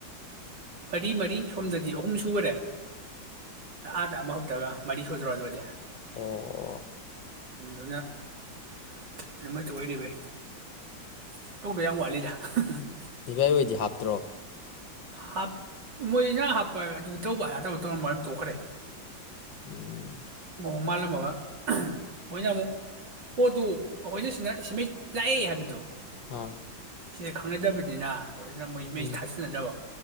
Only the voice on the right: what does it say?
ꯃꯔꯤ ꯃꯔꯤ ꯁꯣꯝꯗꯗꯤ ꯑꯍꯨꯝ ꯁꯨꯒꯔꯦ ꯑꯗꯥ ꯑꯃꯈꯛꯇꯪꯒ ꯃꯔꯤ ꯁꯨꯔꯗꯔꯣ ꯑꯗꯨꯑꯣꯏꯗꯤ
<unintelligible>
ꯍꯥꯞ ꯃꯣꯏꯅꯥ ꯍꯞꯄꯣ ꯑꯗꯨ ꯇꯧꯕꯥ ꯑꯗꯥꯥ ꯇꯧꯕꯥ ꯇꯧꯔꯝꯃꯒꯥ ꯇꯣꯈꯔꯦ
ꯑꯣꯡ ꯃꯥꯜꯂꯝꯃꯥꯒ ꯃꯣꯏꯅ ꯑꯃꯨꯛ ꯄꯣꯠꯇꯨ ꯑꯩꯈꯣꯏꯗ ꯁꯦꯃꯥꯏ ꯂꯥꯛꯏ ꯍꯥꯏꯕꯗꯨ
ꯁꯤꯗ ꯈꯪꯅꯗꯕꯅꯤꯅ ꯍꯟꯗꯛ ꯃꯩ ꯃꯩ
ꯊꯖꯟꯅꯗꯕ